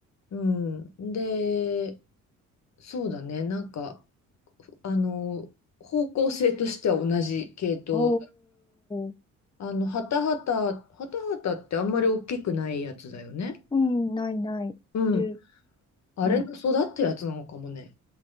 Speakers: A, on the left; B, on the left.
A: うん。で、そうだね。なんか、ふあの、方向性としては同じ系統。
B: おー。
A: あの、ハタハタ、ハタハタってあんまり大きくないやつだよね。
B: うん、ないない。
A: うん。
B: じゅ
A: あれの育ったやつなのかもね。
B: うん。